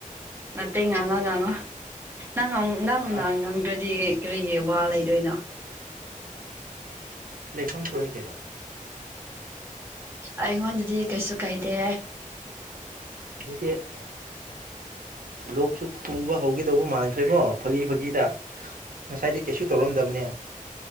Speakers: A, on the right; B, on the right.
A: ꯅꯠꯇꯦ ꯉꯥꯡꯉꯣ ꯉꯥꯡꯉꯣ ꯅꯪ ꯅꯪ ꯅꯪꯅ
B: ꯑꯥ
A: ꯉꯥꯡꯗ꯭ꯔꯗꯤ ꯀꯔꯤꯒꯤ ꯋꯥ ꯂꯩꯗꯣꯏꯅꯣ
B: ꯂꯩꯐꯝ ꯊꯣꯛꯢ ꯀꯩꯅꯣ
A: ꯑꯩꯉꯣꯟꯗꯗꯤ ꯀꯩꯁꯨ ꯀꯥꯏꯗꯦ
B: ꯌꯖꯤꯛꯇꯦ <inaudible> ꯂꯣꯛꯁꯨ ꯈꯨꯕ ꯍꯧꯒꯦ ꯇꯧꯕ ꯃꯥꯟꯈ꯭ꯔꯦꯀꯣ ꯐꯥꯒꯤ ꯐꯥꯒꯤꯗ ꯉꯁꯥꯏꯗꯤ ꯀꯩꯁꯨ ꯇꯧꯔꯝꯗꯕꯅꯦ